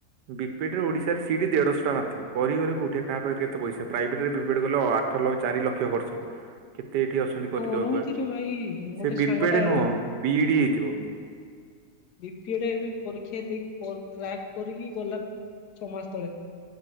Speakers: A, on the right; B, on the left.
A: ବିପେଡ ଓଡିଶାରେ ସିଟ୍ ଦେଢ଼ଶହ ଟା ମାତ୍ର କରି କରି କଉଠି କାହା ପାଖରେ କେତେ ପଇସ ପ୍ରାଇଭେଟରେ ବିପେଡ କଲେ ଅ ଆଠ ଲକ୍ଷ ଚାରି ଲକ୍ଷ ଖର୍ଚ୍ଚ କେ ଏତେ ଏଇଠି ଅଛନ୍ତି କରିଦବାକୁ
B: କରନ୍ତି
A: ବା
B: ରେ ଭାଇ ଗୋଟେ
A: ସେ ବିପେଡେ
B: ସାଙ୍ଗଟା ଏବେ
A: ନୁହଁ ବି ଡି ହେଇଥିବ।
B: ବିପିଏଡ୍ ଏବେ ପରୀକ୍ଷା ଦେଇକି ପ କ୍ରାକ୍ କରିକି ଗଲା ଛଅ ମାସ ତଳେ।